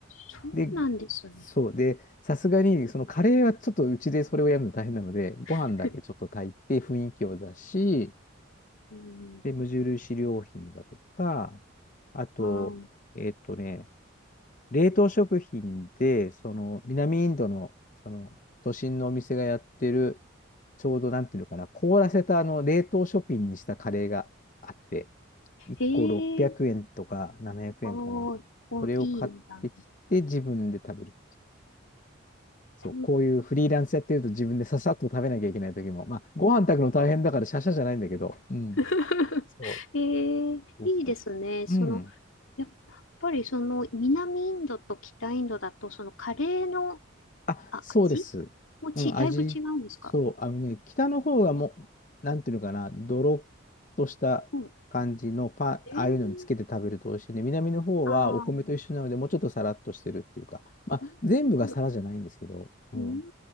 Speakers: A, on the left; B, on the left.
A: そうなんですね。
B: で、そう。で、さすがに、そのカレーはちょっとうちでそれをやるの大変なので、ご飯だけちょっと炊いて雰囲気を出し、
A: <laughs> うん、
B: で、無印良品だとか、あと、
A: ああ。
B: えっとね、冷凍食品で、その、南インドの、その、都心のお店がやってる、ちょうどなんていうのかな、凍らせたあの、冷凍食品にしたカレーがあって、1個600円とか700円かな。
A: へえ、おー、おー、
B: それを買ってきて、
A: いいねな。
B: 自分で食べる。そう、
A: うん
B: こういうフリーランスやってると自分でささっと食べなきゃいけない時も、まあ、ご飯炊くの大変だからシャシャじゃないんだけど、うん。
A: <laughs>
B: そう、
A: へえ、
B: そうそうそう。
A: いいですね。その、
B: うん。
A: やっぱりその南インドと北インドだと、そのカレーの、
B: あ、
A: あ、
B: そうです。
A: 味もち、
B: うん、
A: だいぶ違うんですか
B: 味、そう、あのね、北の方がもう、なんていうのかな、ドロッとした感じのパン、
A: うん。
B: ああいうのにつけて食べると美味しいね。
A: ええ、
B: 南の方はお米と一緒なので、
A: ああ、な
B: もうちょっとサラッとしてるっていうか、まあ、
A: るほど、
B: 全部がサラじゃないんですけど、
A: なるほど。
B: うん。
A: うーん、